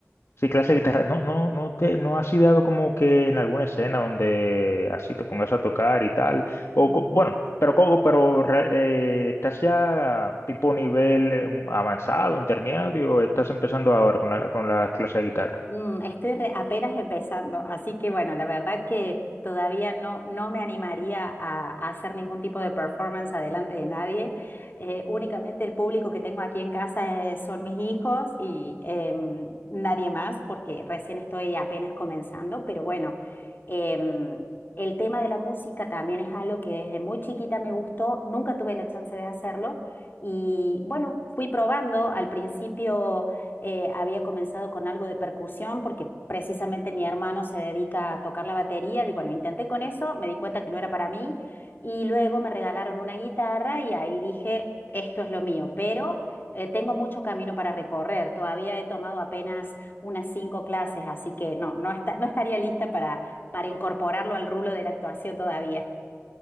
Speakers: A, on the left; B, on the left.
A: Sí, clase de guitarra. No, no, no te, no has ideado como que en alguna escena donde así te pongas a tocar y tal. O
B: Mm,
A: co- bueno, pero como, pero re- eh, estás ya tipo nivel eh, avanzado, intermedio, o estás empezando ahora con la, con la clase de guitarra.
B: mm, estoy re- apenas empezando, así que bueno, la verdad que todavía no, no me animaría a, a hacer ningún tipo de performance adelante de nadie. Eh, únicamente el público que tengo aquí en casa eh, son mis hijos y em, nadie más, porque recién estoy apenas comenzando, pero bueno, em, el tema de la música también es algo que desde muy chiquita me gustó, nunca tuve la chance de hacerlo y bueno, fui probando al principio. Eh, había comenzado con algo de percusión porque precisamente mi hermano se dedica a tocar la batería. Y bueno, intenté con eso, me di cuenta que no era para mí y luego me regalaron una guitarra y ahí dije, esto es lo mío, pero eh, tengo mucho camino para recorrer. Todavía he tomado apenas unas cinco clases, así que no, no, esta- no estaría lista para, para incorporarlo al rulo de la actuación todavía.